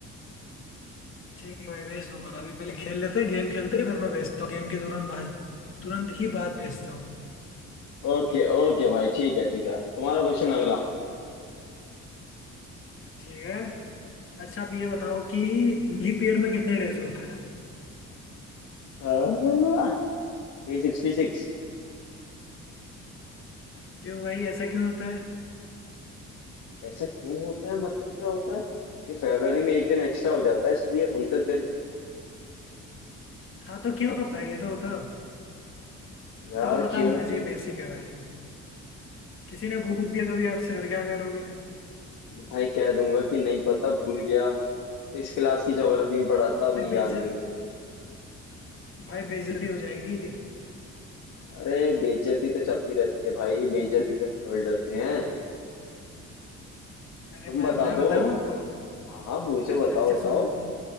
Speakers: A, on the left (about 45°); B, on the left (about 75°).
A: ठीक है भाई भेज दूंगा अभी पहले खेल लेते हैं गेम खेलते हैं फिर मैं भेजता हूँ गेम के तुरंत बाद तुरंत ही बाद भेजता हूँ
B: ओके ओके भाई ठीक है ठीक है तुम्हारा क्वेश्चन अगला
A: ठीक है अच्छा आप ये बताओ कि लीप ईयर में कितने डेज होते हैं
B: थ्री सिक्सटी सिक्स
A: क्यों भाई ऐसा क्यों होता है
B: ऐसा क्यों होता है मतलब क्या होता है क्योंकि फरवरी में एक दिन एक्स्ट्रा हो जाता है इसलिए उनतीस दिन
A: हाँ तो क्यों होता है ये तो बताओ
B: यार
A: ये तो पता
B: क्योंकि
A: होना चाहिए बेसिक है भाई किसी ने पूछ दिया कभी आपसे फिर क्या करोगे
B: भाई कह दूंगा कि नहीं पता भूल गया सिक्स क्लास की ज्योग्राफी में पढ़ा था अब नहीं
A: भाई बेज
B: याद नहीं है
A: भाई बेइज्जती हो जाएगी
B: अरे बेइज्जती तो चलती रहती है भाई बेइज्जती तो थोड़ी डरते हैं
A: अरे
B: तुम
A: मैं
B: बता
A: मैं बताऊं
B: दो
A: आपको
B: हाँ पूछो बताओ
A: अच्छा
B: बताओ
A: सुनो